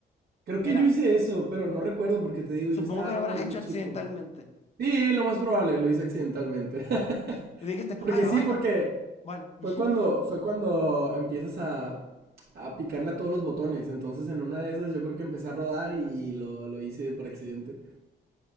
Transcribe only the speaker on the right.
Creo
que yo hice eso, pero no recuerdo porque te digo,
yo estaba
muy,
muy
chico.
Sí, lo más probable, lo hice accidentalmente. <laughs>
Porque
sí,
porque
fue cuando, fue cuando empiezas a, a picarle a todos los botones. Entonces en una de esas yo creo que empecé a rodar y, y lo, lo hice por accidente.